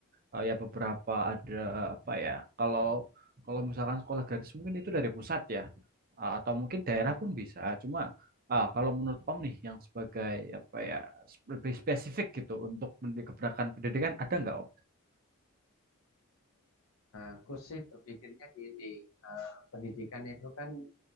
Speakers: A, on the right; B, on the left.
A: eh, ya beberapa ada apa ya kalau kalau misalkan sekolah gratis mungkin itu dari pusat ya Eh, atau mungkin daerah
B: Hmm.
A: pun bisa cuma ah, kalau menurut Om nih yang sebagai apa ya sp- lebih spesifik gitu untuk men- gebrakan pendidikan ada nggak Om?
B: Aku sih berpikirnya gini, eh, pendidikan itu kan